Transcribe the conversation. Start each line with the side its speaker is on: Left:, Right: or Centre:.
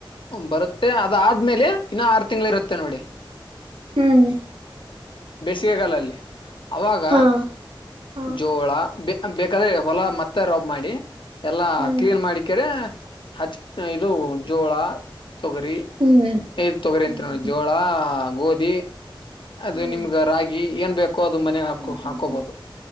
Left: ಬರುತ್ತೆ ಅದ ಆದ್ಮೇಲೆ ಇನ್ನ ಆರು ತಿಂಗಳು ಇರುತ್ತೆ ನೋಡಿ
Right: ಹ್ಮ್
Left: ಬೇಸಿಗೆಗಾಲಲ್ಲಿ ಅವಾಗ
Right: ಹಾ ಹಾ
Left: ಜೋ ಆ ಬೆ ಬೇಕಾದ್ರೆ ಹೊಲ ಮತ್ತೆ ರೊಬ್ ಮಾಡಿ ಎಲ್ಲಾ
Right: ಹ್ಮ್
Left: ಕ್ಲೀನ್ ಮಾಡಿಕ್ಳಿ ಹಚ್ ಇದು ಜೋಳ ತೊಗರಿ
Right: ಹ್ಮ್
Left: ಐದ ತೊಗರಿ
Right: ಹ್ಮ್
Left: ಅಂತ ನೋಡಿ
Right: ಹ್ಮ್
Left: ಜೋಳ ಗೋಧಿ ಅದು
Right: ಹ್ಮ್
Left: ನಿಮ್ಗ ರಾಗಿ ಏನ್ ಬೇಕೋ ಅದು ಮನೆಗ್ ಹಾಕೋ
Right: ಹ್ಮ್
Left: ಹಾಕೋಬೋದು
Right: ಹ್ಮ್